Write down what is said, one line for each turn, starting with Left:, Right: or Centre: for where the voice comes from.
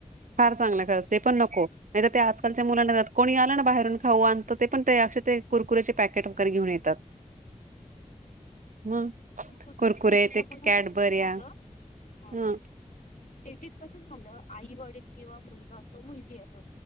Right: फार चांगला खरच ते पण नको. नाही तर ते आजकालच्या मुलांना जात कोणी बाहेरून खाऊ ते पण ते ते कुरकु्याचे पॅकेट वगरे घेऊन येतात. मग
Left: सुट
Right: कुरकुरे
Left: सिटीच्या
Right: ते
Left: मुलांना
Right: कॅडबर्या
Left: कस झालं
Right: ह
Left: सिटीत कस झालं. आई वडील किंवा मुलगा असो मुलगी असो.